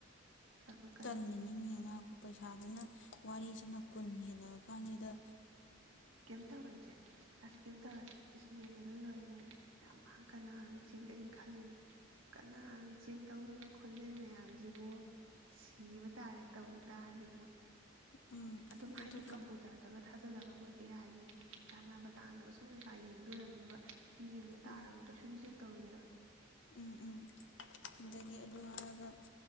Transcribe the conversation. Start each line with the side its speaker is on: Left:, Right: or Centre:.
Right: ꯆꯪꯉꯛꯀꯅꯤ
Left: ꯇꯜꯅꯤꯅꯤꯅꯦꯉ ꯄꯩꯁꯥꯗꯨꯅ ꯋꯥꯔꯤꯁꯤꯅ ꯀꯨꯟ ꯍꯦꯜꯂꯛꯑ ꯀꯥꯟꯁꯤꯗ
Right: ꯀꯝ ꯇꯧꯔꯦ ꯏꯆꯦ ꯑꯁ ꯀꯝ ꯇꯧꯔꯣꯏ ꯏꯁ ꯃꯦꯟꯖꯍꯜ ꯂꯣꯏꯔꯦ ꯃꯣꯏ ꯌꯥꯝ ꯐꯥꯡ ꯀꯅꯥ ꯑꯃꯨꯛ ꯆꯦꯛꯂꯦꯅ ꯈꯜꯂꯤꯅꯤ ꯀꯅꯥ ꯑꯃꯨ ꯆꯦꯛ ꯇꯧꯗꯅꯣ ꯈꯣꯟꯖꯦꯜ ꯃꯌꯥꯝꯁꯤꯕꯨ ꯁꯤꯕ ꯇꯥꯔꯦ ꯇꯧ ꯇꯥꯔꯗꯤ ꯃꯣꯏ
Left: ꯎꯝ
Right: ꯑꯗꯨꯝ ꯍꯥꯏꯗꯤ
Left: ꯑꯗꯨꯒ
Right: ꯀꯝꯄꯨꯇꯔꯗꯒ ꯊꯥꯖꯤꯜꯂꯒ ꯃꯣꯏ ꯑꯦ ꯑꯥꯏꯒꯤ ꯆꯥꯅꯕ - ꯆꯥꯅꯕ ꯁꯨꯝ ꯀꯩꯀꯥ ꯌꯦꯡꯗꯣꯏꯔꯝꯅꯦꯕ꯫ ꯃꯤ ꯑꯃꯅ ꯇꯥꯔꯒ
Left: ꯎꯝ
Right: ꯀꯩꯁꯨꯗꯤ ꯇꯧꯔꯣꯏꯗꯅ
Left: ꯎꯝ ꯎꯝ ꯑꯗꯒꯤ ꯑꯗꯨ ꯍꯥꯏꯔꯒ